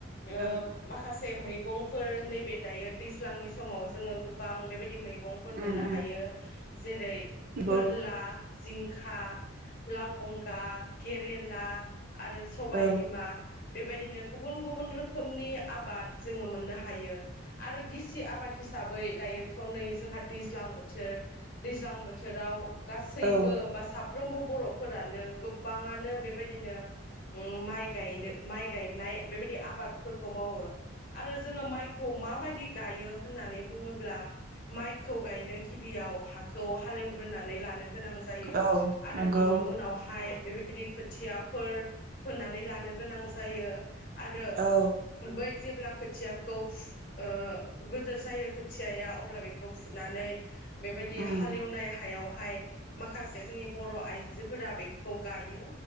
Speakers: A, on the left; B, on the right.
A: ओ
B: औ
A: माखासे मैगंफोर नैबे दायो दैज्लांनि समाव जोङो गोबां बेबायदि मै गंफोर
B: उम
A: मोननो
B: उम
A: हायो। जेरै
B: नंगौ
A: फोरला जिंखा, लाव बंगा, केरेला आरो सबाय
B: औ
A: बिमा। बेबायदिनो गुबुन गुबुन रोखोमनि आबाद जोङो मोननो हायो। आरो गिसि आबाद हिसाबै दायोथ' नै जोंहा दैज्लां बोथोर दैज्लां बोथोराव गासैबो
B: औ
A: बासाफ फ्रोमबो बर'फोरानो गोबाङानो बेबायदिनो माइ गायनो, माइ गायनाय बेबायदि आबादफोरखौ मावो। आरो जोङो माइखौ माबाय दि गायो होननानै बुङोब्ला माइखौ गायनो गिबियाव हाखौ हालेव ग्रोनानै लानो गोनां जायो
B: औ
A: आरो
B: नंगौ
A: बिनि उनावहाय बेबायदि खोथियाफोर फोनानै लानो गोनां जायो। आरो
B: औ
A: बै जेब्ला खोथियाखौ फु ओ गोदोर जायो खोथियाया अब्ला बेखौ फुनानै बेबायदि
B: उम
A: हालेवनाय हायाव हाय माखासे जोंनि बर' आइजोफोरा बेखौ गायो